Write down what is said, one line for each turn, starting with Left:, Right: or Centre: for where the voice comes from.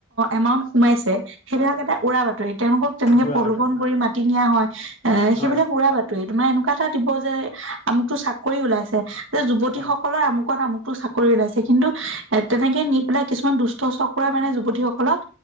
Right: এমাউণ্ট সোমাইছে। সেইবিলাক এটা উৰা বাতৰি তেওঁলোকক তেনেকে
Left: খুৰা
Right: প্ৰলোভন
Left: বাৰুতে
Right: কৰি মাতি নিয়া হয় এ
Left: হয়
Right: সেইবিলাক
Left: হয়
Right: উৰা বাত- টোৱে তোমাৰ এনেকুৱা এটা দিব যে আমুকটো চাকৰি ওলাইছে যে যুৱতীসকলৰ
Left: হয়
Right: আমুকত আমুক চাকৰি ওলাইছে কিন্তু এ তেনেকে নি পেলাই কিছুমান দুষ্ট চক্ৰৰে মানে যুৱতীসকলক